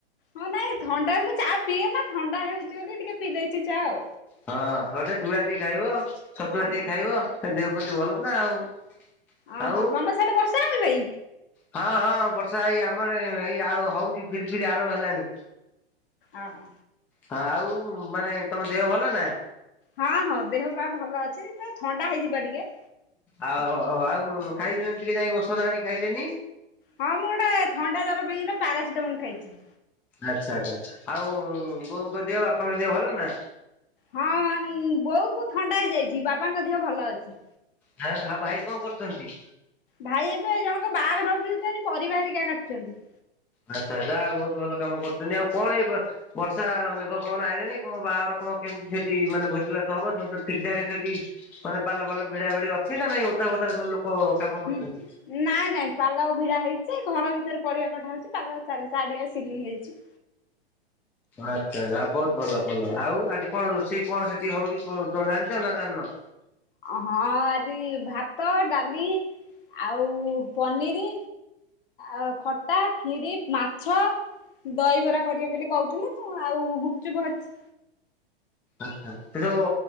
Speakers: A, on the left; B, in the centre.
A: ହଁ ନାଇଁ ଥଣ୍ଡା ମୁଁ ଚା ପିଏ ନା ଥଣ୍ଡା ହେଉଛି ବୋଲି ଟିକେ ପିଇ ଦେଇଛି ଚା ଆଉ।
B: ହଁ ଥଣ୍ଡାରେ ଚୁଡା ଟିକେ ଖାଇବ ଛତୁଆ
A: ଓହୋ
B: ଟିକେ ଖାଇବ ସେ ଦେହ ପ୍ରତି ଭଲ ନା ଆଉ।
A: ଓହୋ
B: ଆଉ
A: ତମର ସେଠେ ବର୍ଷା ହେଉନି ଭାଇ?
B: ହଁ ହଁ ବର୍ଷା ଏଇ ଆମର ଏଇ ଆଉ ହଉଛି ଫିରି ଫିରି ଆରମ୍ଭ ହେଲାଣି।
A: ଓହୋ।
B: ହଁ ଆଉ ମାନେ ତମ ଦେହ ଭଲ ନା?
A: ହଁ ହଁ ଦେହ ବା ଭଲ ଅଛି ନା ଥଣ୍ଡା ହେଇଛିବା ଟିକେ।
B: ଆଉ ଆଉ ଖାଇଦେଲେନି ଟିକେ ଯାଇକି ଔଷଧ ଆଣି ଖାଇଲେନି।
A: ହଁ ମୁଁ ଗୋଟେ ଥଣ୍ଡା ଜ୍ୱର ପାଇଁ ଗୋଟେ ପାରାସିଟାମୋଲ ଖାଇଛି।
B: ଆଚ୍ଛା ଆଚ୍ଛା ଆଉ ବୋଉଙ୍କ ଦିହ ବାପାଙ୍କ ଦିହ ଭଲ ନା?
A: ହଁ ବୋଉ କୁ ଥଣ୍ଡା ହେଇଯାଇଛି ବାପାଙ୍କ ଦେହ ଭଲ ଅଛି।
B: ହଁ ଆଉ ଭାଇ କଣ କରୁଛନ୍ତି?
A: ଭାଇ ଏବେ ଏ ଜଣଙ୍କ ବାହାଘର ହଉଛି ସେଥିପାଇଁ ପରିବା ହେରିକା କାଟୁଛନ୍ତି।
B: ଆଚ୍ଛା ଯାଉ ବହୁତ ଭଲ କାମ କରୁଛନ୍ତି ଆଉ କଣ ହେଇ ବର୍ଷା ମେଘ ପବନ ଆଇଲାଣି କଣ ବାହାଘର କଣ କେମିତି ସେଠି ମାନେ ଭୋଜିଭାତ ହବ <inaudible> ସେଠି। ମାନେ ପାଲ ଫାଲ ଭିଡା ଭିଡି ଅଛି ନା ନାଇଁ ଓଦା ଫଦାରେ ସବୁ ଲୋକ। କାମ କରୁଛନ୍ତି?
A: ହୁଁ, ନାଇଁ ନାଇଁ। ପାଲ ଭିଡ଼ା ହେଇଛି, ଘର ଭିତରେ ପରିବା କଟା ହେଉଛି, ପାଲ ଚାରିଆଡ଼େ ସିଲିଂ ହେଇଛି।
B: ଆଚ୍ଛା ଆଚ୍ଛା ବହୁତ୍‌ ଭଲ ଭଲ ଆଉ ଆଜି କଣ ରୋଷେଇ କଣ ସେଠି ହଉଛି ତମେ ଜାଣିଛ ନା ଜାଣିନ?
A: ହଁ ଆଜି ଭାତ ଡାଲି। ଆଉ ପନିରି, ଆଉ ଖଟା, ଖିରି ମାଛ। ଦହିବରା କରିବେ ବୋଲି କହୁଥିଲେ ତ ଆଉ ଗୁପଚୁପ ଅଛି।
B: ଆଚ୍ଛା ସେ ଯୋଉ,